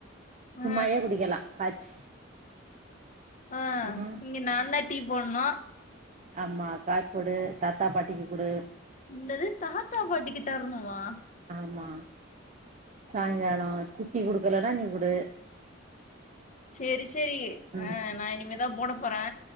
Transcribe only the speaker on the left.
ஆ
ஆ
இங்க நான்தா டீ போட்னு
என்னது தாத்தா பாட்டிக்கு தரணுமா
செரி செரி
ஆ நா இனிமேதா போட போறே